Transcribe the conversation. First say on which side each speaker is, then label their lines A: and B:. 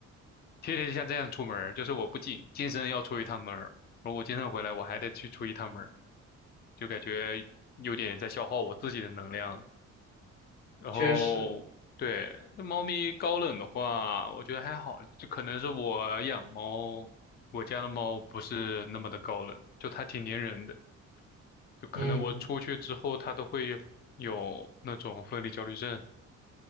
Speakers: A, on the left; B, on the left.
A: 天天就像这样出门儿就是我不仅健身要出一趟门儿，而我健身回来我还得去出一趟门儿就感觉有点在消耗我自己的能量。然后，
B: 确实，
A: 对，这猫咪高冷的话，我觉得还好，就可能是我养猫，我家的猫不是那么的高冷，就它挺粘人的，就可能我出去之后它都会有那种分离焦虑症。
B: 嗯，